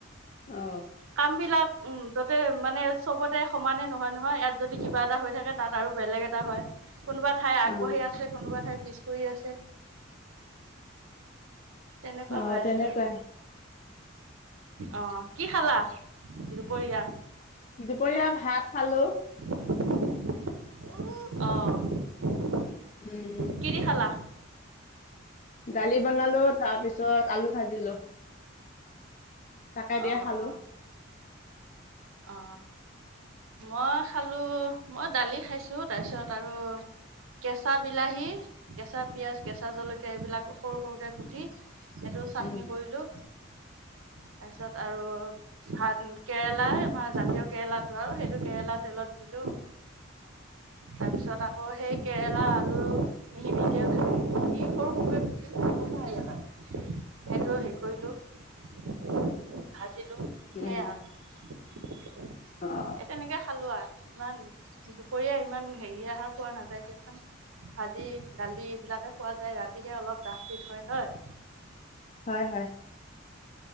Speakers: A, on the left; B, on the right.
A: অ।
B: কাম বিলাক উম ত'তে মানে চবতে সমানে নহয় নহয় ইয়াত যদি কিবা এটা হৈ থাকে তাত আৰু বেলেগ এটা হয়। কোনোবা ঠাই আগবাঢ়ি
A: অ
B: আছে কোনোবা ঠাই পিছ পৰি আছে। তেনেকুৱা
A: অ
B: হৈ আছে
A: তেনেকুৱাই
B: আৰু। অ কি খালা দুপৰীয়া?
A: দুপৰীয়া ভাত খালো।
B: <unintelligible> অ।
A: উম।
B: কি দি খালা
A: দালি বনালো তাৰপিছত আলু ভাজিলো। তাকে দিয়ে
B: অ
A: খালো।
B: অ অ। মই খালো, মই দালি খাইছো, তাৰপিছত আৰু কেঁচা বিলাহী, কেঁচা পিয়াজ, কেঁচা জলকীয়া এইবিলাক সৰু সৰুকে কুটি এইটো চাটনি
A: উম,
B: কৰিলোঁ তাৰপিছত আৰু ভাত কেৰেলা আমাৰ জাতীয় কেৰেলাটো আৰু সেইটো কেৰেলা তেলত দিলো তাৰপিছত আকৌ সেই কেৰেলা আলু মিহি মিহিকেও ভালে সৰু সৰু ব্যি সেইটো হেৰি কৰিলো <unintelligible> আ <unintelligible> দিলোঁ সেয়াই
A: উম,
B: আৰু, এই
A: অ',
B: তেনেকৈ খালোঁ আৰু। ইমান দুপৰীয়া ইমান হেৰি আহাৰ খোৱা নাযায় দিয়াচোন। ভাজি দালি এইবিলাকে খোৱা যায় ৰাতিহে অলপ ডাঠ পিথ, হয় হয়
A: হয় হয়।